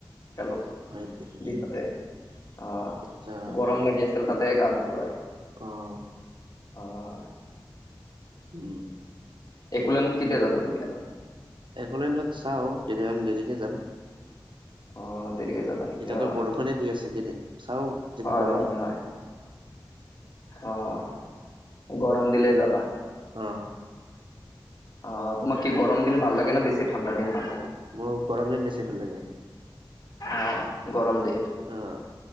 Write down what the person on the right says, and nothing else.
হয় নেকি?
আচ্ছা
অ',
উম্,
এক'লেণ্ডত চাওঁ, কেইদিনমান দেৰিকে যাম।
এটিয়াতো
বৰষুণে দি আছে। কি চাওঁ যদি
গৰম
অ',
মোৰ গৰম দিন বেছি ভাল লাগে।
অ',